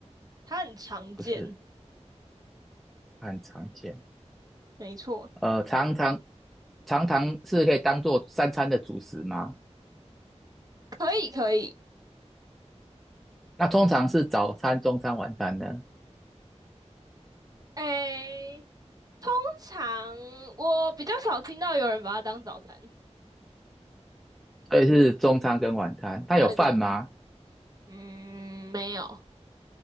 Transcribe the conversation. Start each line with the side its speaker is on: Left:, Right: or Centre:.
Right: 它很常见，
Centre: 不是，很常见。
Right: 没错，
Centre: 呃，常常常常是可以当做三餐的主食吗？
Right: 可以，可以。
Centre: 那通常是早餐、中餐、晚餐呢？
Right: 诶。通常我比较少听到有人把它当早餐。
Centre: 所以是中餐跟晚餐。它有饭吗？
Right: 对对，嗯，没有，